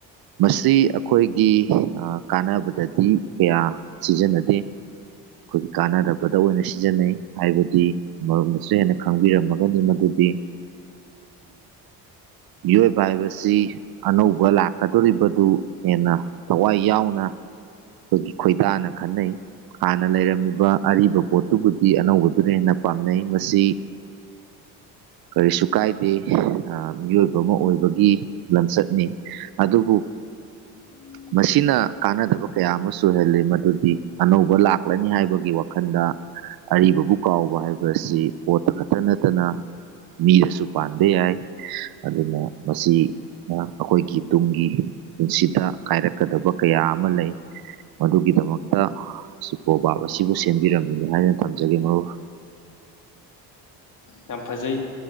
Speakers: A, on the right; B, on the left.
A: ꯃꯁꯤ ꯑꯩꯈꯣꯏꯒꯤ ꯀꯥꯟꯅꯕꯗꯗꯤ ꯀꯌꯥ ꯁꯤꯖꯤꯟꯅꯗꯦ ꯑꯩꯈꯣꯏꯒꯤ ꯀꯥꯟꯅꯗꯕꯗ ꯑꯣꯏꯅ ꯁꯤꯖꯤꯟꯅꯩ ꯍꯥꯏꯕꯗꯤ ꯃꯔꯞꯅꯁꯨ ꯍꯦꯟꯅ ꯈꯪꯕꯤꯔꯝꯃꯒꯅꯤ ꯃꯗꯨꯗꯤ ꯃꯤꯑꯣꯏꯕ ꯍꯥꯏꯕꯁꯤ ꯑꯅꯧꯕ ꯂꯥꯛꯀꯗꯣꯔꯤꯕꯗꯨ ꯍꯦꯟꯅ ꯊꯋꯥꯏ ꯌꯥꯎꯅ ꯑꯩꯈꯣꯏꯒꯤ ꯈꯣꯏꯗꯥꯅ ꯈꯟꯅꯩ ꯍꯥꯟꯅ ꯂꯩꯔꯝꯃꯤꯕ ꯑꯔꯤꯕ ꯄꯣꯠꯇꯨꯕꯨꯗꯤ ꯑꯅꯧꯕꯗꯨꯅ ꯍꯦꯟꯅ ꯄꯥꯝꯅꯩ ꯃꯁꯤ ꯀꯔꯤꯁꯨꯨ ꯀꯥꯏꯗꯦ ꯑꯥ ꯃꯤꯑꯣꯏꯕ ꯑꯃ ꯑꯣꯏꯕꯒꯤ ꯂꯝꯆꯠꯅꯤ ꯑꯗꯨꯕꯨ
B: ꯎꯝ
A: ꯃꯁꯤꯅ ꯀꯥꯟꯅꯗꯕ ꯀꯌꯥ ꯑꯃꯁꯨ ꯑꯣꯏꯍꯜꯂꯤ ꯃꯗꯨꯗꯤ ꯑꯅꯧꯕ ꯂꯥꯛꯂꯅꯤ ꯍꯥꯏꯕꯒꯤ ꯋꯥꯈꯜꯗ ꯑꯔꯤꯕꯕꯨ ꯀꯥꯎꯕ ꯍꯥꯏꯕ ꯑꯁꯤ ꯄꯣꯠꯇ ꯈꯛꯇ ꯅꯠꯇꯅ ꯃꯤꯗꯁꯨ ꯄꯥꯟ ꯗꯦ ꯌꯥꯏ ꯑꯗꯨꯅ ꯃꯁꯤ ꯅ ꯑꯈꯣꯏꯒꯤ ꯇꯨꯡꯒꯤ ꯄꯨꯟꯁꯤꯗ ꯀꯥꯏꯔꯛꯀꯗꯕ ꯀꯌꯥ ꯑꯃ ꯂꯩ ꯃꯗꯨꯒꯤꯗꯃꯛꯇ ꯁꯤ ꯀꯣꯕꯥꯞ ꯑꯁꯤꯕꯨ ꯁꯦꯝꯕꯤꯔꯝꯃꯤꯅꯤ ꯍꯥꯏꯅ ꯊꯝꯖꯒꯦ ꯃꯔꯨꯞ
B: ꯌꯥꯝ ꯐꯖꯩ